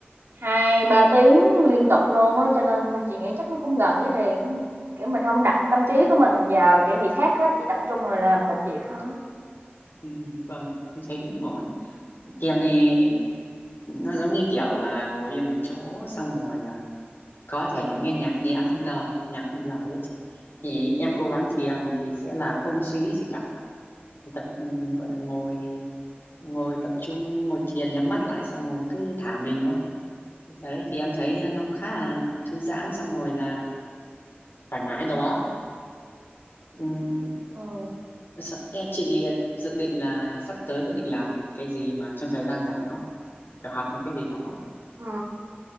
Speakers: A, on the right; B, on the left.
A: 2 3 tiếng liên tục luôn á cho nên chị nghĩ chắc nó cũng gần với thiền. Kiểu mình không đặt tâm trí của mình vào chuyện gì khác hết, chỉ tập trung vào làm một việc thôi.
B: ừ, vâng em thấy cũng ổn thiền thì nó giống như kiểu là ngồi yên một chỗ xong rồi à, có thể là nghe nhạc nhẹ không lời nhạc không lời ấy chị. thì em cố gắng thiền thì sẽ là không suy nghĩ gì cả Thì tập ừ, gọi là ngồi ngồi tập trung ngồi thiền nhắm mắt lại xong rồi cứ thả mình thôi Thì đấy thì em thấy nó cũng khá là thư giãn xong rồi là thoải mái đầu óc Ừm,
A: Ừ.
B: sợ- Em chị dự định là sắp tới có định làm một cái gì mà trong thời gian rảnh không kiểu học một cái gì đó ấy.
A: Ừ,